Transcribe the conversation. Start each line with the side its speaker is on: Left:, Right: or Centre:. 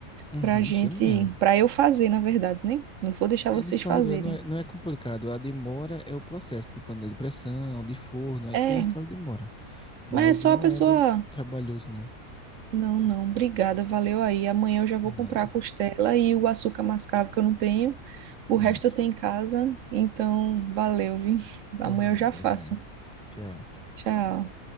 Centre: Uhum,
Right: pra gente,
Centre: chama mesmo.
Right: pra eu fazer, na verdade, né? Não vou deixar
Centre: É
Right: vocês
Centre: de fato,
Right: fazerem.
Centre: é- não é, não é complicado. A demora é o processo de panela de pressão, de forno, aí
Right: É,
Centre: tem aquela demora. Mas
Right: mas é só
Centre: não
Right: a pessoa
Centre: é de- trabalhoso, não.
Right: Não, não, obrigada, valeu aí. Amanhã eu já vou
Centre: Por nada.
Right: comprar a costela e o açúcar mascavo que eu não tenho. O
Centre: Pronto.
Right: resto eu tenho em casa, então valeu, viu? <laughs>
Centre: Por
Right: Amanhã
Centre: nada,
Right: eu já faço.
Centre: vai. Tchau.
Right: Tchau.